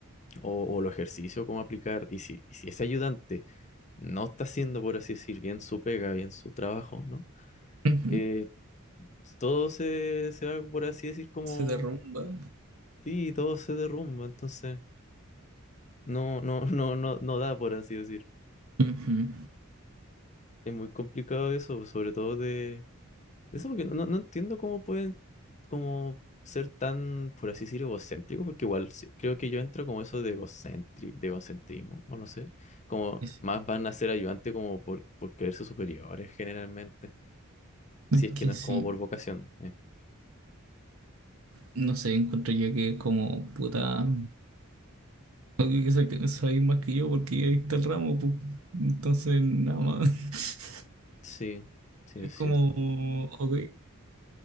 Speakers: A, on the left; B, on the right.
A: o, o los ejercicios, cómo aplicar. Y si, y si ese ayudante no está haciendo, por así decir, bien su pega, bien su trabajo, ¿no?
B: Ujú.
A: Eh, todo se, se va, por así decir, como,
B: Se derrumba.
A: sí, todo se derrumba, entonces no, no, <laughs> no, no, no da, por así decir.
B: Ujú.
A: Es muy complicado eso, sobre todo de Eso porque no, no- no entiendo cómo pueden como ser tan, por así decir, egocéntricos, porque igual sí- creo que yo entro como eso de egocentri- de egocentrismo, o no sé, como
B: Es
A: más van a ser ayudantes como por, por creerse superiores generalmente, si
B: es
A: es que
B: que
A: no
B: sí.
A: es como por vocación. eh.
B: No sé, encuentro yo que como puta. Obvio que sa- sabéis más que yo porque ya está el ramo, pues. Entonces, nada más. <laughs>
A: Sí, sí,
B: Es
A: es
B: como,
A: cierto.
B: ok,